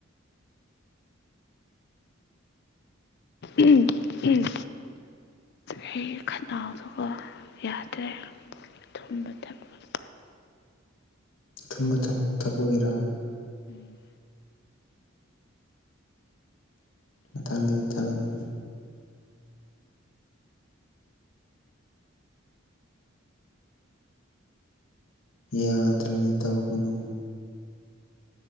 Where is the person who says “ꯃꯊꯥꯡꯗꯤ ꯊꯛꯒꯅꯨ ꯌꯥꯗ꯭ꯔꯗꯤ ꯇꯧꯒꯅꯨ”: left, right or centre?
Left